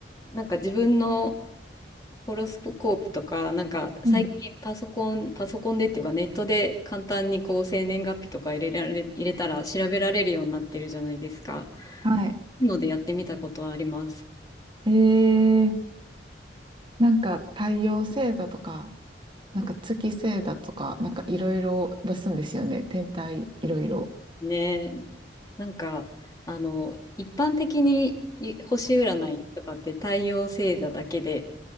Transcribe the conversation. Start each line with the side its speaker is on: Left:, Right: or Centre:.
Left: なんか自分のホロスコープとか、なんか最近パソコン、
Right: うん。
Left: パソコンでっていうかネットで簡単にこう生年月日とか入れられ、入れたら調べられるようになってるじゃないですか。
Right: はい。
Left: のでやってみたことはあります。
Right: えー、なんか太陽星座とか、なんか月星座とか、なんかいろいろ出すんですよね。天体いろいろ。
Left: ねえ、なんか、あの、一般的にい星占いとかって太陽星座だけで、